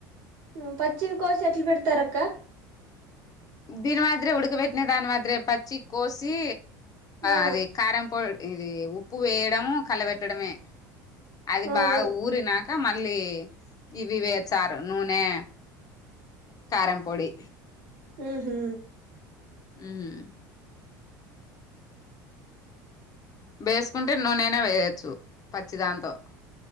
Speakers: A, on the right; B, on the left.
A: ఉం పచ్చివి కోసి ఎట్లు పెడతారక్క
B: దీని మాదిరే ఉడకబెట్టినా దాని మాదిరే పచ్చి కోసి
A: ఆ
B: అది కారం పౌడ్ ఇది ఉప్పు వేయడము కలబెట్టడమే అది
A: ఆ
B: బాగా
A: ఉ
B: ఊరి నాక కా మళ్ళీ ఇవి వే చారు నూనె కారం పొడి
A: హు హమ్
B: ఉం వేసుకుంటే నూనే అయినా వేయొచ్చు పచ్చి దాంతో